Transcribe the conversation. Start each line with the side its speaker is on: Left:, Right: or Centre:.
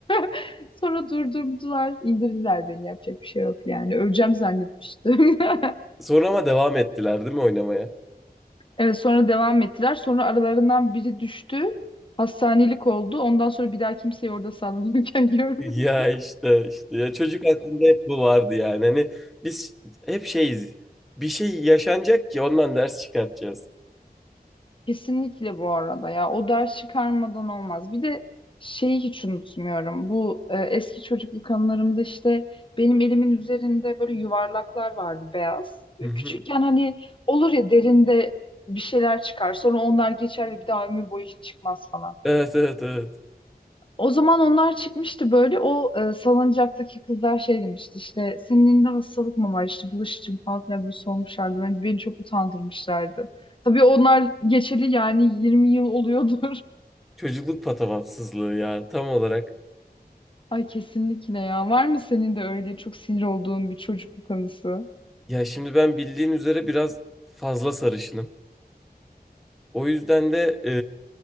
Left: <laughs> sonra durdurdular, indirdiler beni. Yapacak bir şey yok yani. Öleceğim zannetmiştim. <laughs>
Centre: Sonra ama devam ettiler değil mi oynamaya?
Left: Evet sonra devam ettiler. Sonra aralarından biri düştü. Hastanelik oldu. Ondan sonra bir daha kimseyi orada sallanırken <laughs> görmedim.
Centre: Ya işte işte ya çocuk aklında hep bu vardı yani. Hani biz hep şeyiz. Bir şey yaşanacak ki ondan ders çıkartacağız.
Left: Kesinlikle bu arada ya. O ders çıkarmadan olmaz. Bir de şeyi hiç unutmuyorum. Bu e, eski çocukluk anılarımda işte benim elimin üzerinde böyle yuvarlaklar vardı beyaz.
Centre: Hı hı.
Left: Küçükken hani olur ya derinde bir şeyler çıkar. Sonra onlar geçer ve bir daha ömür boyu hiç çıkmaz falan.
Centre: Evet evet evet.
Left: O zaman onlar çıkmıştı böyle o e, salıncaktaki kızlar şey demişti işte senin elinde hastalık mı var işte bulaşıcı mı falan filan böyle sormuşlardı. Ben, beni çok utandırmışlardı. Tabii onlar geçeli yani 20 yıl oluyordur.
Centre: Çocukluk patavatsızlığı ya tam olarak.
Left: <laughs> Ay kesinlikle ya. Var mı senin de öyle çok sinir olduğun bir çocukluk anısı?
Centre: Ya şimdi ben bildiğin üzere biraz fazla sarışınım. O yüzden de